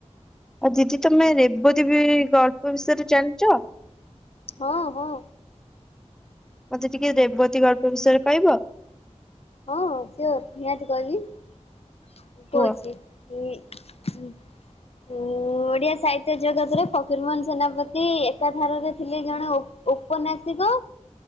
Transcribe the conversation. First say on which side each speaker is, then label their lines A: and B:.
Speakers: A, in the centre; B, on the left.
A: ଆଉ ଦିଦି ତମେ ରେବତୀ ବି ଗଳ୍ପ ବିଷୟରେ ଜାଣିଛ।
B: ହଁ, ହଁ।
A: ମତେ ଟିକେ ରେବତୀ ଗାଳ୍ପ ବିଷୟରେ କହିବ।
B: ହଁ ସିଓର ନିହାତି କହିବି
A: କୁହ?
B: କହୁଛି। <unintelligible> ଓଡ଼ିଆ ସାହିତ୍ୟ ଜଗତରେ ଫକୀରମୋହନ ସେନାପତି ଏକାଧାରରେ ଥିଲେ ଜଣେ ଓ ଉପନ୍ୟାସିକ